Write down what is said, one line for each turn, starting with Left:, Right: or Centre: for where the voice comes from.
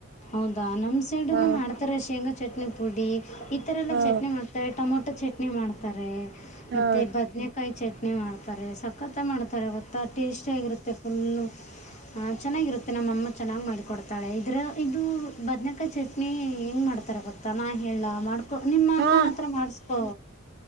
Left: ಹೌದಾ ನಮ್ ಸೈಡ್
Right: ಹಾ
Left: ಮಾಡ್ತಾರ ಶೇಂಗಾ ಚಟ್ನಿ ಪುಡಿ ಈತರ ಎಲ್ಲಾ
Right: ಹಾ
Left: ಚಟ್ಿ್ತಾರೆ ಟಮೋಟೋ ಪುಟ್ಟ ಚಟ್ನಿ ಮಾಡ್ತಾರೆ
Right: ಹಾ
Left: ಮತ್ತೆ ಬದನಕಾಯಿ ಚಟ್ನಿ ಮಾಡ್ತಾರೆ ಸಕ್ಕತ್ತ ಮಾಡ್ತಾರೆ ಗೋ ಟೇಸ್ಟಿಯ ಆಗಿರುತ್ತೆ ಫುಲ್ಲು ಹಾ ಚೆನ್ನಾಗಿರುತ್ತೆ ನಮ್ಮಮ್ಮ ಚೆನ್ನಾಗ್ ಮಾಡಿಕ ಕೊಡ್ತಾಳೆ ಇದ್ರ ಇದು ಬದನೇಕಾಯಿ ಚಟ್ನಿ ಹೆಂಗ ಮಾಡ್ತಾರೆ ಗೊತ್ತಾ ನಾ ಹೇಳ ಮಾಡ್ ನಿಮ್ಮ
Right: ಹಾ
Left: ಅಮ್ಮನ ಹತ್ರ ಮಾಡಿಸ್ಕೊ